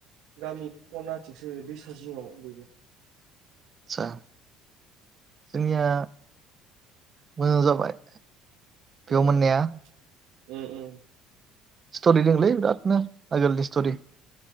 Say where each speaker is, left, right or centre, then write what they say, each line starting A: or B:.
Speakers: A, on the right; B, on the right.
A: गामि खना आथिंसो दैसा जिपङाव बेबो
B: सा जोंनिया मोजां जाबाय। बेयाव
A: ओम-ओम-ओम।
B: मोननाया स्ट'रि दंलै बिरादनो आगोलनि स्ट'रि।